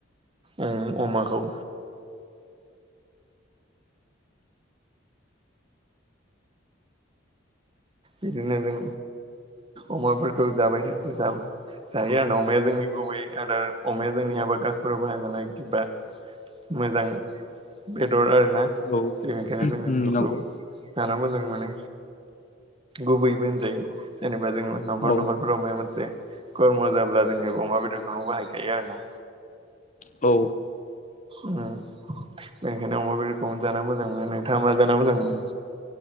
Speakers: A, on the right; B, on the left.
A: ओम अमाखौ बिदिनो जों अमाफोरखौ जाबाय जाबा जायो आरोना अमाया जोंनि गुबै आरो अमाया जोंनि हाबा गासफोराव बाहाय जानाय बा मोजां बेदर आरो ना
B: औ
A: बेनिखायनो जोङो बेफोरखौ
B: नंगौ
A: जाना मोजां मोनो। गुबैबो होनजायो जेनेबा जों न'खर
B: औ
A: न'खरफोराव माबा मोनसे खरमा जाब्ला जोङो अमा बेदरखौनो बाहायखायो आरोना।
B: औ
A: ओम बेनिखायनो अमा बेदरखौ जाना मोजां मोनो। नोंथाङा मा जाना मोजां मोनो?